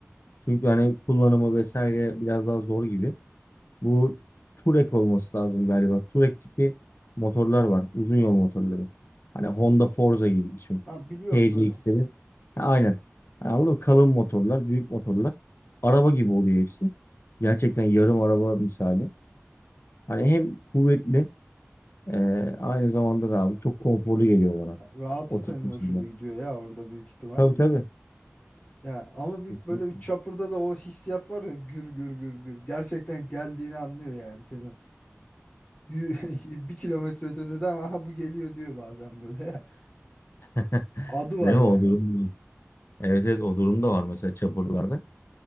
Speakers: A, on the left; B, on the left.
A: Çünkü hani kullanımı vesaire biraz daha zor gibi. Bu Touareg olması lazım galiba. Touareg tipi motorlar var. Uzun yol motorları. Hani Honda Forza gibi düşün.
B: Ha biliyorum
A: TCX'lerin.
B: böyle.
A: Ha, Aynen. Yani anladın mı? Kalın motorlar, büyük motorlar. Araba gibi oluyor hepsi. Gerçekten yarım araba misali. Hani hem kuvvetli e, aynı zamanda da abi çok konforlu geliyor bana.
B: Ya, Rahatı
A: O tip
B: senin
A: motorlar.
B: hoşuna gidiyor ya orada büyük ihtimal.
A: Tabii tabii.
B: Ya ama bir
A: Kesinlikle.
B: böyle bir chopper'da da o hissiyat var ya gür gür gür gür. Gerçekten geldiğini anlıyor yani seni. Yü- <laughs> bir kilometre ötede de ama aha bu geliyor diyor bazen böyle. ya
A: <laughs>
B: Adı var
A: Değil mi
B: ya.
A: o durum? Evet evet o durum da var mesela çapurlarda.